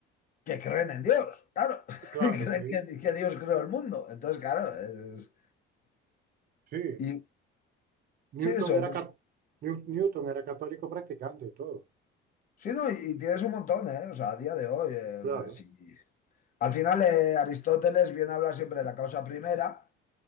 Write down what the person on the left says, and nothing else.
que creen en Dios, claro, <laughs>
y creen
que, que Dios creó el mundo. Entonces, claro, es...
Y
sí, eso,
pues
sí, no, y, y tienes un montón, ¿eh? O sea, a día de hoy, eh,
sí, Al final, eh, Aristóteles viene a hablar siempre de la causa primera